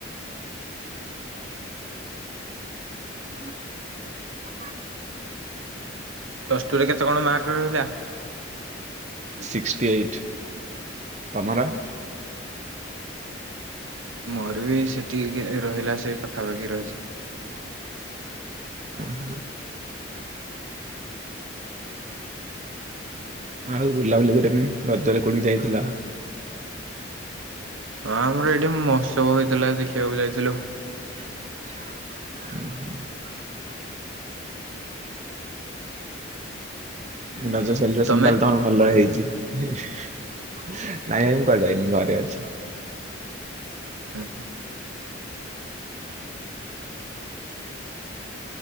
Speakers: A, on the right; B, on the right.
A: <inaudible>
B: ପ୍ଲସ୍ ଟୁରେ କେତେ କଣ ମାର୍କ ରହିଲା?
A: ସିକ୍ସଟି ଏଇଟ୍ ତମର।
B: ମୋର ବି ସେତିକି ରହିଲା ସେଇ ପାଖାପାଖି ରହିଛି।
A: ହଁ। ଆଉ ବୁଲାବୁଲି କରିବା ପାଇଁ ରଜରେ କୋଉଠିକି ଯାଇଥିଲ?
B: ହଁ ଆମର ଏଇଠି ମହୋତ୍ସବ ହେଇଥିଲା ଦେଖିବାକୁ ଯାଇଥିଲୁ।
A: <inaudible> ରଜ ସେଲିବ୍ରେସନ୍
B: ତମେ?
A: ତାଏଲେ ତମର ଭଲ ହେଇଚି ନାଇଁ ଏ ମୁଁ କୁଆଡ଼େ ଯାଇନି ଘରେ ଅଛି।
B: ଉଁ ହୁଁ।